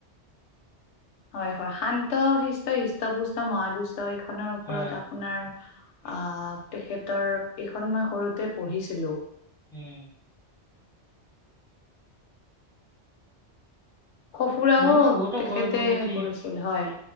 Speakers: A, on the left; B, in the centre.
A: হয় হয় শান্ত হিষ্ট হৃষ্টপুষ্ট মহাদুষ্ট এইখনৰ ওপৰত
B: হয়
A: আ আপোনাৰ আহ তেখেতৰ এইখন মই সৰুতে পঢ়িছিলো
B: উম
A: সঁফুৰাও
B: তেনেকুৱা বহুতো
A: তেখেতে
B: গল্প পুথি
A: কৰিছিল হয়